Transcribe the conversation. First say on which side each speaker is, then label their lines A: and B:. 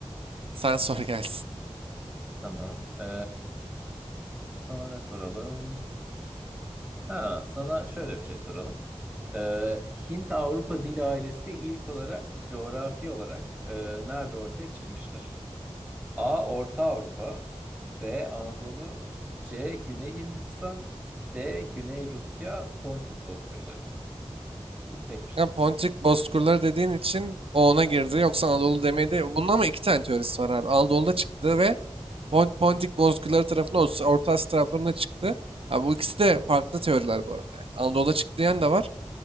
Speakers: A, on the right (about 15°); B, on the right (about 60°).
A: Okey.
B: Sen <laughs> sor gelsin.
A: Tamam. E, sana ne soralım? Ha, sana şöyle bir şey soralım. E, Hint-Avrupa dil ailesi ilk olarak coğrafi olarak e, nerede ortaya çıkmıştır? A. Orta Avrupa B. Anadolu C. Güney Hindistan D. Güney Rusya Pontik bozkırları. Bu tek bir şık.
B: Ya Pontik Bozkırları dediğin için o ona girdi. Yoksa Anadolu demedi. Bunun ama iki tane teorisi var abi. Anadolu'da çıktı ve Pont Pontik Bozkırları tarafına Orta Asya taraflarına çıktı. Abi bu ikisi de farklı teoriler bu arada yani. Anadolu'da çıktı diyen de var.